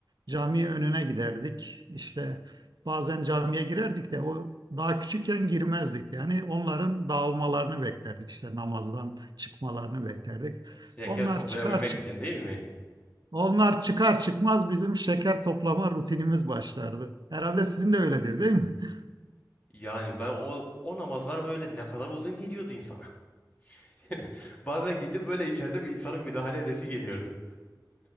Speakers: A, on the right; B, on the left.
A: Cami önüne giderdik. İşte bazen camiye girerdik de o daha küçükken girmezdik. Yani onların dağılmalarını beklerdik. İşte namazdan çıkmalarını beklerdik.
B: E, Şeker
A: Onlar
B: toplayabilmek
A: çıkar çıkmaz
B: için değil mi?
A: onlar çıkar çıkmaz bizim şeker toplama rutinimiz başlardı. Herhalde sizin de öyledir değil mi? <laughs>
B: Yani ben o, o namazlar böyle ne kadar uzun geliyordu insana. <laughs> Bazen gidip böyle içeride mi insanın müdahale edesi geliyordu.